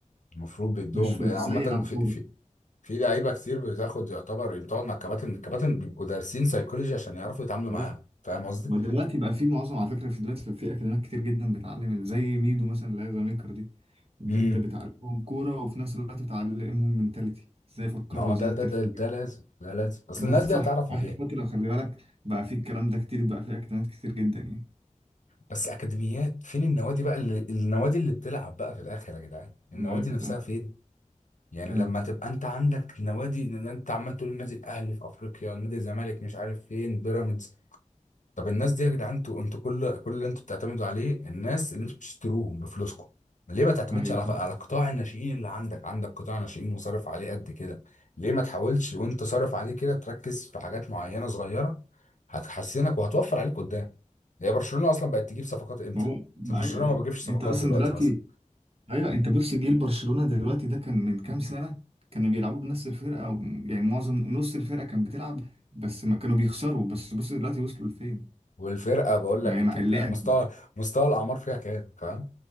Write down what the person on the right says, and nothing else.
مش في
ازاي
يلعب
كوره
فاهم؟
ما دلوقتي بقى في معظم على فكره في دلوقتي في اكاديميات كتير جدا بتعلم زي ميدو مثلا اللي هي زميكر دي دي
انت بتعلمهم كوره وفي نفس الوقت بتعلمهم منتاليتي ازاي يفكروا
ازاي
يحترفوا
دي
صح
آخر
فترة خلي بالك بقى في الكلام ده كتير بقى في أكتئاب كتير جدا يعني
أيوة
فاهم
امم
أيوة
فاهم
ما هو ما
أيوة.
أنت أصلا
دلوقتي
أيوة أنت بص جيل برشلونة دلوقتي ده كان من كام سنة كانوا بيلعبوا بنفس الفرقة أو يعني معظم نص الفرقة كانت بتلعب بس ما كانوا بيخسروا بس بص دلوقتي وصلوا لفين
ما هي
مع اللعب